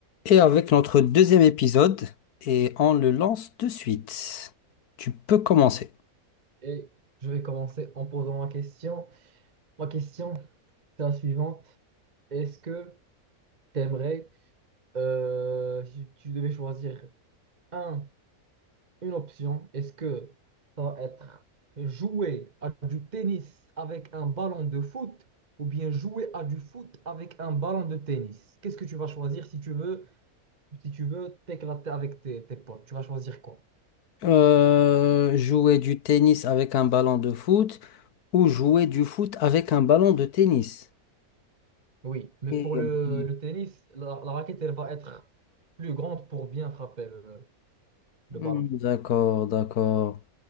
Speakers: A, on the left; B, on the right.
A: Et avec notre deuxième épisode, et on le lance de suite. Tu peux commencer.
B: Et je vais commencer en posant ma question. Ma question, c'est la suivante. Est-ce que t'aimerais, euh, si tu devais choisir un, une option, est-ce que ça va être jouer à du tennis avec un ballon de foot ou bien jouer à du foot avec un ballon de tennis? Qu'est-ce que tu vas choisir si tu veux, si tu veux t'éclater avec tes, tes potes? Tu vas choisir quoi?
A: Euh, jouer du tennis avec un ballon de foot ou jouer du foot avec un ballon de tennis.
B: Oui, mais
A: Ok,
B: pour le,
A: ok.
B: le tennis, la, la raquette, elle va être plus grande pour bien frapper le, Le
A: Hmm,
B: ballon.
A: D'accord, d'accord.